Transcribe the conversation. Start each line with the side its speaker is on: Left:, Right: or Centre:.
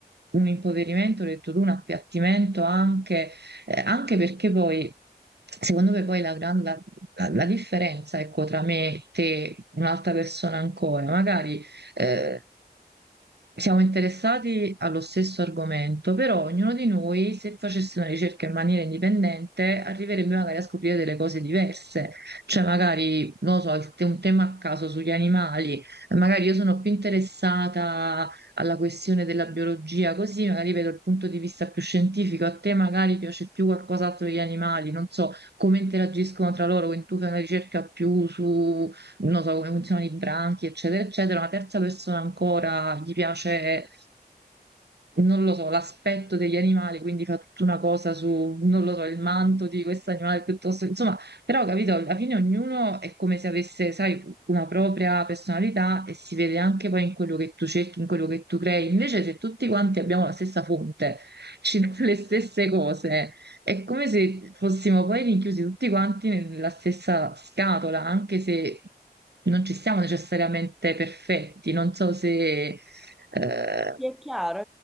Right: un impoverimento, ho detto tu, un appiattimento anche eh, anche perché poi, secondo me, poi la, gran- la- la- la differenza, ecco, tra me, te, un'altra persona ancora, magari eh, siamo interessati allo stesso argomento, però ognuno di noi, se facesse una ricerca in maniera indipendente, arriverebbe magari a scoprire delle cose diverse. Cioè, magari, non lo so, il te- un tema a caso sugli animali, magari io sono più interessata alla questione della biologia, così magari vedo il punto di vista più scientifico, a te magari piace più qualcos'altro degli animali, non so come interagiscono tra loro, quindi tu fai una ricerca più su, non so, come funzionano i branchi, eccetera, eccetera, una terza persona ancora gli piace non lo so, l'aspetto degli animali, quindi fa tutta una cosa su, non lo so, il manto di questo animale piuttosto, insomma, però capito, alla fine ognuno è come se avesse, sai, una propria personalità e si vede anche poi in quello che tu cerchi, in quello che tu crei. Invece se tutti quanti abbiamo la stessa fonte, <laughs> ci danno le stesse cose, è come se fossimo poi rinchiusi tutti quanti nella stessa scatola, anche se non ci siamo necessariamente perfetti, non so se... eh,
Centre: Mi È chiaro,